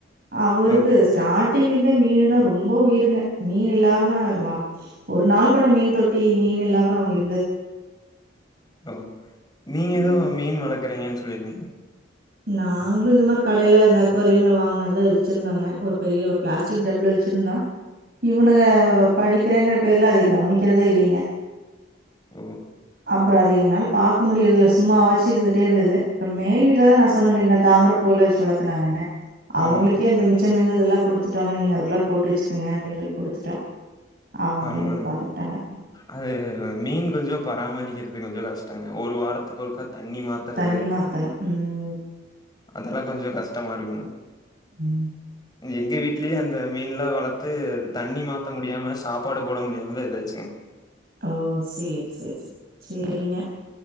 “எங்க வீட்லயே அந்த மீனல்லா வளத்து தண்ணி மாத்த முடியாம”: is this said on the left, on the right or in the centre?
Left